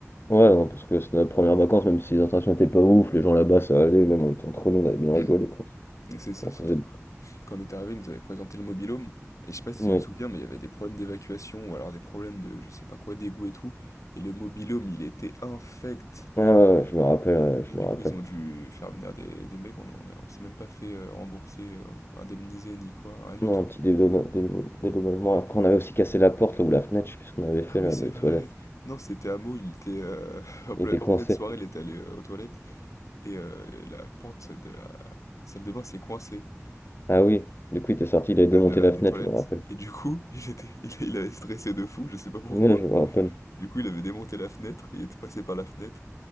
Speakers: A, on the left; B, on the left.
A: Ouais, non, parce que c'était notre première vacances, même si les intentions étaient pas ouf, les gens là-bas ça allait, même on était entre nous, on avait
B: <clears throat>
A: bien rigolé quoi.
B: Et c'est ça
A: On
B: surtout.
A: faisait.
B: euh, Quand on est arrivé, ils nous avaient présenté le mobilhome. Et je sais pas si
A: Oui.
B: tu te souviens, mais il y avait des problèmes d'évacuation ou alors des problèmes de je sais pas quoi, d'égout et tout. Et le mobilhome, il était infect.
A: Ah ouais, ouais, je me rappelle, ouais, je
B: Et du
A: me rappelle.
B: coup, ils ont dû faire venir des, des mecs. On, on, a- on s'est même pas fait euh, rembourser, euh, indemniser ni quoi, rien du
A: Non,
B: tout.
A: un petit dédoma- dédo- dédommagement. Après, on avait aussi cassé la porte là, ou la fenêtre, je sais plus ce qu'on avait
B: Ah
A: fait
B: oui,
A: là,
B: c'est
A: des
B: vrai.
A: toilettes.
B: Non, c'était Hameau, il était euh, <laughs> en pleine,
A: Il était
B: en
A: coincé.
B: pleine soirée, il était allé euh, aux toilettes. et euh, la porte de la salle de bain s'est coincée
A: Ah oui, du coup, il était sorti, il avait démonté
B: euh, de la
A: la
B: des
A: fenêtre,
B: toilettes.
A: je me rappelle.
B: Et du coup, <laughs> il était, il, il avait stressé de fou, je sais pas pourquoi.
A: Ouais, je me rappelle.
B: Du coup, il avait démonté la fenêtre, il était passé par la fenêtre,